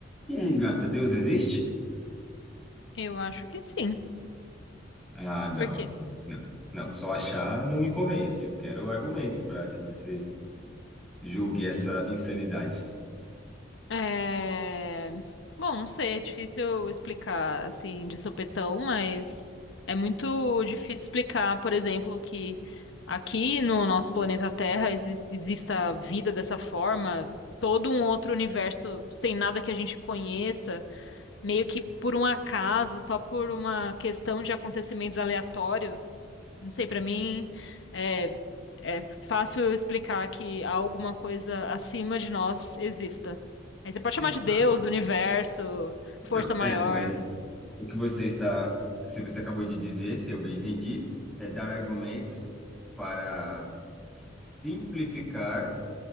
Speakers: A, in the centre; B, on the left (about 75°).
A: E aí, gata, Deus existe?
B: Eu acho que sim,
A: Ah, não.
B: porque
A: Não, não, só achar não me convence. Eu quero argumentos para que você julgue essa insanidade.
B: é... Bom, não sei, é difícil explicar assim de sopetão, mas é muito difícil explicar, por exemplo, que aqui no nosso planeta Terra exi- exista vida dessa forma, todo um outro universo sem nada que a gente conheça. meio que por um acaso, só por uma questão de acontecimentos aleatórios. Não sei, para mim é, é fácil eu explicar que há alguma coisa acima de nós exista. Aí você pode
A: Exato.
B: chamar de Deus, universo,
A: Então,
B: força maior.
A: é, mas o que você está, se você acabou de dizer, se eu bem entendi, é dar argumentos para simplificar